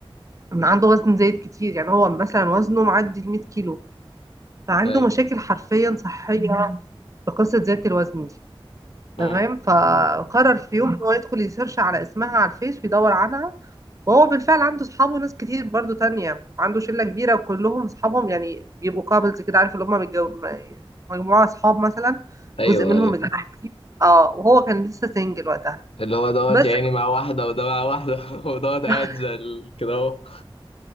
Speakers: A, on the right; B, on the left.
A: ان عنده وزن زايد كتير يعني هو مثلا وزنه معدي ال 100 كيلو فعنده
B: ايوه
A: مشاكل حرفيا صحية في قصة زيادة الوزن دي
B: مم.
A: تمام فقرر في يوم ان هو يدخل يسيرش على اسمها على الفيس ويدور عنها وهو بالفعل عنده اصحابه ناس كتير برضو تانية عنده شلة كبيرة وكلهم اصحابهم يعني بيبقوا كابلز كده عارف اللي هم متجو- م- مجموعة اصحاب مثلا
B: ايوه
A: جزء منهم
B: ايوه
A: متجوزين اه وهو كان لسه سنجل وقتها
B: اللي هو دوت
A: بس
B: يعني مع واحده وده مع واحده <laughs> ودوت قاعد
A: <laughs>
B: زي ال- كده اهو <laughs>